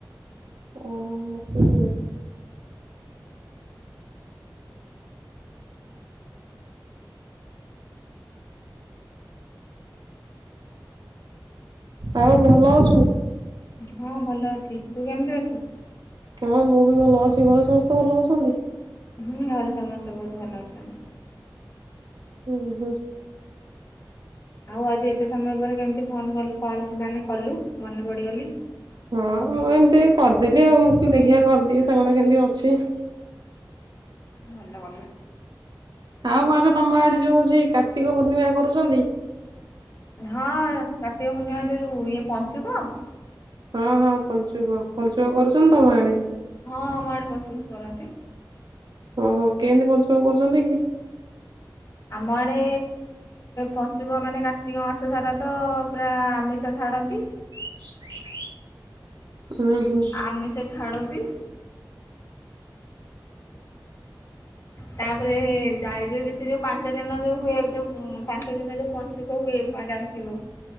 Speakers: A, on the right; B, on the left.
A: ଓହୋ ହୋ ମଶାଟାରେ। ଆଉ ଭଲ ଅଛୁ?
B: ହଁ ଭଲ ଅଛି। ତୁ କେମିତି ଅଛୁ?
A: ହଁ ମୁଁ ବି ଭଲ ଅଛି। ଘରେ ସମସ୍ତେ ଭଲ ଅଛନ୍ତି?
B: ହୁଁ ଘରେ ସମସ୍ତେ ବହୁତ୍ ଭଲ ଅଛନ୍ତି।
A: ଉଁ! ହୁଁ!
B: ଆଉ ଆଜି ଏତେ ସମୟ ପରେ କେମିତି ଫୋନ୍ କଲୁ କଲ୍ ମାନେ କଲୁ ମନେ ପଡ଼ିଗଲି?
A: ହଁ ମୁଁ ଏମିତି ଏଇ କରିଦେଲି ଆଉ। ଦେଖିବା କରିଦିଏ ସାଙ୍ଗଟା କେମିତି ଅଛି।
B: ଭଲ କଲୁ।
A: ଆଉ ଆରେ ତମ ଆଡେ ଯୋଉ ହୋଉଛି, କାର୍ତ୍ତିକ ପୂର୍ଣ୍ଣିମା କରୁଛନ୍ତି?
B: ହଁ କାର୍ତିକ ପୂର୍ଣ୍ଣିମା ଯୋଉ ଇଏ ପଞ୍ଚୁକ?
A: ହଁ ହଁ ପଞ୍ଚୁକ, ପଞ୍ଚୁକ କରୁଛନ୍ତି ତମ ଆଡେ?
B: ହଁ ଆମ ଆଡେ ପଞ୍ଚୁକ କରନ୍ତି।
A: ଓହୋ! କେମିତି ପଞ୍ଚୁକ କରୁଛନ୍ତି କି?
B: ଆମଆଡ଼େ,,, ପଞ୍ଚୁକ ମାନେ କାର୍ତ୍ତିକ ମାସ ସାରା ତ ପୁରା ଆମିଷ ଛାଡ଼ନ୍ତି।
A: ଏ ସାଇଟ୍ ଦେ ଉଁ ହୁଁ!
B: ଆମିଷ ଛାଡ଼ନ୍ତି। ତାପରେ ଯାଇ ଯୋଉ ସେ ଯୋଉ ପାଞ୍ଚ ଦିନ ଯୋଉ ହୁଏ ଯୋଉ ପାଞ୍ଚ ଦିନ ଯୋଉ ପଞ୍ଚୁ ପଞ୍ଚୁକ ହୁଏ ଜାଣିଥିବୁ,